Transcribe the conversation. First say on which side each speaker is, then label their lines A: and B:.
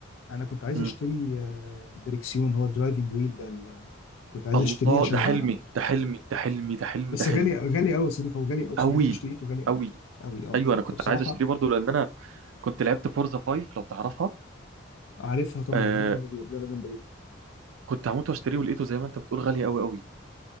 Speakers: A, on the left (about 70°); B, on the right (about 75°).
A: انا كنت عايز
B: مم.
A: اشتري آه، دريكسيون هو الدرايفنج ويل ده ال- كنت عايز
B: الله
A: اشتريه عشان
B: ده
A: العبها
B: حلمي ده حلمي ده حلمي ده حلمي
A: بس
B: ده حلمي
A: غالي غالي قوي يا صديقي هو غالي قوي
B: قوي
A: انا جيت اشتريته غالي قوي
B: قوي
A: قوي اه
B: ايوه انا كنت
A: فبصراحه
B: عايز اشتريه برضو لان انا كنت لعبت فورزا 5 لو تعرفها
A: عارفها طبعا
B: آه،
A: يا نهار ابيض لعبه جامده جدا
B: كنت هموت واشتريه ولقيته زي ما انت بتقول غالي قوي قوي